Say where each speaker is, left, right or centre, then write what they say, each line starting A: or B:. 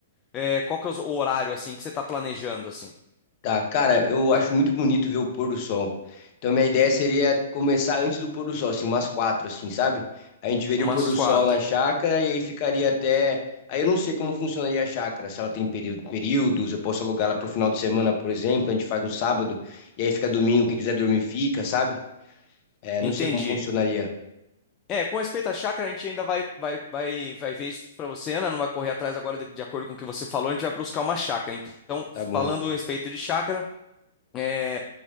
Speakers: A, on the left; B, on the left.
A: É, qual que é o horário assim que você está planejando assim?
B: Tá, cara, eu
A: Tá?
B: acho muito bonito ver o pôr do sol. Então, minha ideia seria começar antes do pôr do sol, assim, umas quatro, assim, sabe? A gente veria
A: Umas
B: o pôr do
A: quatro.
B: sol na chácara e aí ficaria até. Aí eu não sei como funcionaria a chácara, se ela tem período, períodos, eu posso alugar ela pro final de semana, por exemplo, a gente faz no sábado, e aí fica domingo, quem quiser dormir fica, sabe? É,
A: Entendi.
B: não sei como funcionaria.
A: É, com respeito à chácara, a gente ainda vai, vai, vai, vai ver isso para você, Ana. Não vai correr atrás agora, de, de acordo com o que você falou, a gente vai buscar uma chácara. Então,
B: Tá bom.
A: falando a respeito de chácara. É,